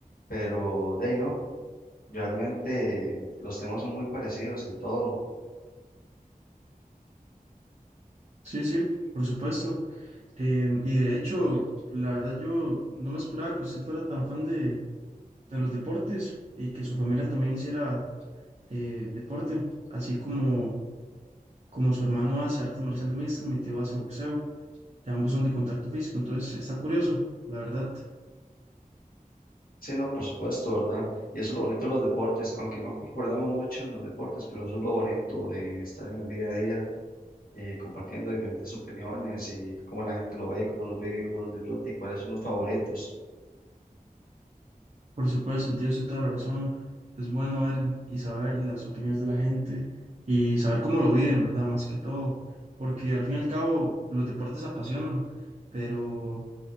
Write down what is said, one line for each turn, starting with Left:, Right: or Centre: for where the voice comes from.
Left: Pero de ahí no. Realmente los temas son muy parecidos en todo.
Right: Sí, sí, por supuesto. Em, y de hecho, la verdad yo no me esperaba que usted fuera tan fan de los deportes y que su familia también hiciera eh, deporte, así como, como su hermano hace artes marciales mixtas, mi tío hace boxeo, y ambos son de contacto físico, entonces está curioso, la verdad.
Left: Sí, no, por supuesto, ¿verdad? Y eso es lo bonito de los deportes, aunque no concordamos mucho en los deportes, pero eso es lo bonito de estar en el día a día, eh, compartiendo diferentes opiniones y cómo la gente lo ve, cómo los vive, cómo los disfruta y cuáles son los favoritos.
Right: Por supuesto, tío, tiene toda la razón. Es bueno ver y saber las opiniones de la gente y saber cómo lo viven, ¿verdad? Más que todo, porque al fin y al cabo los deportes apasionan, pero